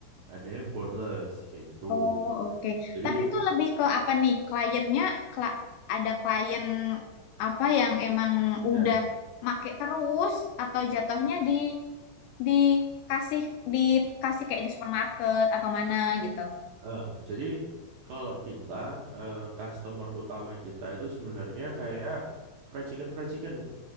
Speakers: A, on the right; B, on the left.
A: ada yang boneless kayak gitu
B: Oh, oke.
A: jadi
B: Tapi itu lebih ke apa nih? Kliennya kla- ada klien apa yang emang udah
A: ya
B: make terus atau jatuhnya di dikasih dikasih kayak di supermarket atau mana gitu.
A: heeh. jadi kalau kita eh, customer utama kita itu sebenarnya kayak fried chicken fried chicken